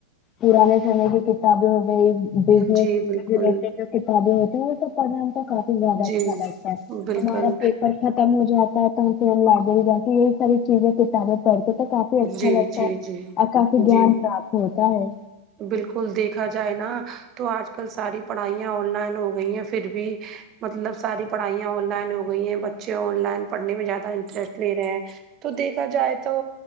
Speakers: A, on the left (about 35°); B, on the right (about 35°).
A: پرانے سمے کی کتابیں ہو گئی بزنس
B: جی بالکل
A: ریلیڈ جو کتابیں ہوتی ہیں وہ سب پڑھنے میں تو کافی زیادہ اچھا
B: جی
A: لگتا ہے
B: بالکل
A: ہمارا پیپر ختم ہو جاتا ہے تو پھر ہم لائبریری جا کے یہی ساری چیزیں کتابیں پڑھ کے تو کافی اچھا
B: جی
A: لگتا
B: جی
A: ہے
B: جی
A: اور کافی
B: جی
A: جان پراپت ہوتا ہے
B: بالکل دیکھا جائے نا تو آج کل ساری پڑھائیاں آن لائن ہو گئی ہیں پھر بھی مطلب ساری پڑھائیاں آن لائن ہو گئی ہیں بچے آن لائن پڑھنے میں زیادہ انٹرسٹ لے رہے ہیں تو دیکھا جائے تو